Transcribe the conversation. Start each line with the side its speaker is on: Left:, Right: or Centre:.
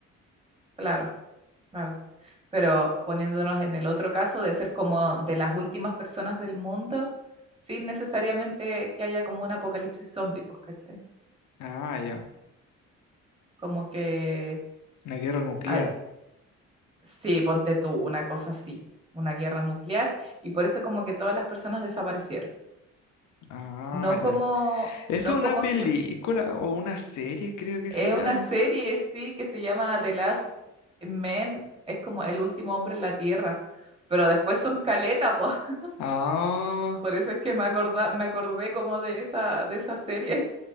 Right: Claro, claro. pero poniéndonos en el otro caso de ser como de las últimas personas del mundo, sin necesariamente que haya como un apocalipsis zombie, pues, ¿cachai?
Left: Ah, ya,
Right: Como que,
Left: una guerra nuclear.
Right: ay, sí, ponte tú, una cosa así, una guerra nuclear, y por eso como que todas las personas desaparecieron.
Left: Ah,
Right: No
Left: ya.
Right: como,
Left: Es
Right: no
Left: una
Right: como
Left: película
Right: que
Left: o una serie, creo que
Right: es
Left: se llama.
Right: una serie, sí, que se llama The Last Men, es como el último hombre en la Tierra. Pero después son caleta, po. <laughs>
Left: Ah,
Right: Por eso es que me acorda- me acordé como de esa, de esa serie.